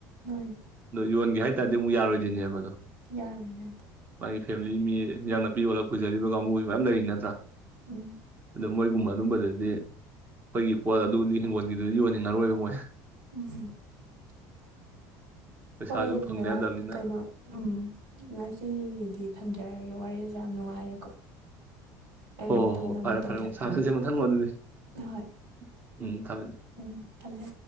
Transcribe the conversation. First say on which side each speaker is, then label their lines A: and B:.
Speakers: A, on the right; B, on the right.
A: ꯃꯥꯅꯤ
B: ꯌꯣꯟꯒꯦ ꯍꯥꯏꯇꯥꯗꯤ ꯑꯃꯨꯛ ꯌꯥꯔꯣꯏꯗꯣꯏꯅꯦꯕ ꯑꯗꯣ
A: ꯌꯥꯔꯣꯏꯅ
B: ꯅꯪꯒꯤ ꯐꯦꯃꯤꯂꯤ ꯃꯤ ꯏꯟꯖꯥꯡ ꯅꯥꯄꯤ ꯌꯣꯜꯂꯒ ꯄꯨꯖꯔꯤꯕ ꯀꯥꯡꯕꯨ ꯃꯌꯥꯝ ꯂꯩꯔꯤ ꯅꯠꯇ꯭ꯔꯥ
A: ꯎꯝ
B: ꯑꯗꯣ ꯃꯣꯏꯒꯨꯝꯕ ꯑꯗꯨꯝꯕꯗꯗꯤ ꯑꯩꯈꯣꯏꯒꯤ ꯄꯣꯠ ꯑꯗꯨꯗꯤ ꯍꯤꯡꯒꯣꯜꯒꯤꯗꯨꯗꯤ ꯌꯣꯟꯅꯤꯡꯉꯔꯣꯏꯕ ꯃꯣꯏ
A: <unintelligible>
B: ꯄꯩꯁꯥꯁꯨ
A: ꯍꯣꯏ
B: ꯐꯪꯗ
A: ꯗꯗꯥ
B: ꯌꯥꯗꯕꯅꯤꯅ
A: ꯀꯩꯅꯣ ꯎꯝ ꯉꯁꯤꯒꯤꯗꯤ ꯊꯝꯖꯔꯒꯦ ꯋꯥꯔꯤ ꯌꯥꯝ ꯅꯨꯡꯉꯥꯏꯔꯦꯀꯣ ꯑꯩ
B: ꯑꯣ
A: ꯃꯇꯨꯡꯗ
B: ꯐꯔꯦ-ꯐꯔꯦ
A: ꯇꯧꯖꯔꯛꯑꯒꯦ
B: ꯑꯃꯨꯛ ꯁꯥꯅꯁꯦ ꯃꯊꯪ <unintelligible>
A: ꯍꯣꯏ
B: ꯎꯝ ꯊꯝꯃꯦ
A: ꯎꯝ ꯊꯝꯃꯦ